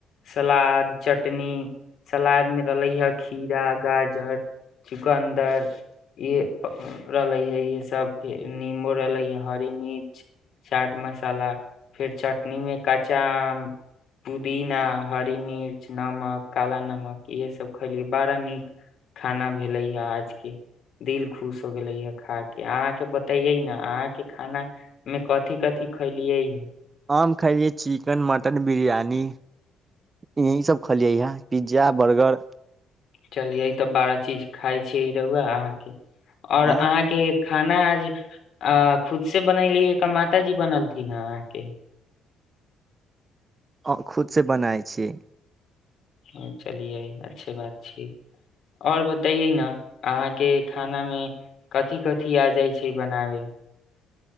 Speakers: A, on the left (about 60°); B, on the right (about 30°).
A: सलाद चटनी सलाद मे रहले हे खीरा गाजर चुकन्दर ये रहले हे इे सब फेर नीबो रहले हे हरी मिर्च चाट मसाला फेर चट कखनी मे कच्चा आम पुदीना हरी मिर्च नमक काला नमक इहे सब खैलियै बड़ा नीक खाना भेले हा आज के दिल खुश हो गेले या खा के अहाँके बतेये न अहाँ के खाना मे कथि कथि खैलियै हे
B: हम खेलियै चिकेन मटन बिरयानी यही सब खलियै ह पिज्जा बर्गर
A: चलिय ई तऽ बारह चीज खाइ छी ई रहुआ अहाँके आओर अहाँके
B: अह
A: खाना आज अ खुद से बनैली एक माता जी बनैली न आके
B: आ खुदसँ बनाइ छी
A: ह चलिये अच्छे बात छी आओर बताइए न अहाँके खानामे कथि कथि आबै छै बनाबै